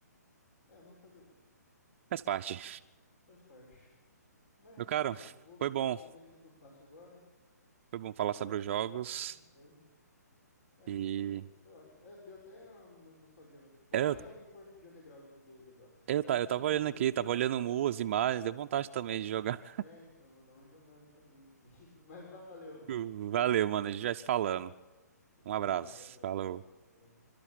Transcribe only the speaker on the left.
É, mas fazer o quê?
Faz parte. Mas
vamos lá. Vou,
vou ver o que, é que eu faço agora.
Não
sei o
que, é que você
vai
fazer também. Foi. É,
foi, foi ótimo. É, deu até hum, nostalgia agora. Vou
baixar
o Need for Speed Underground dois agora.
<laughs>
é, então, vou dar uma jogada também aqui. <laughs> Mas valeu, mano.
Até
mais, até a próxima.
Vamos.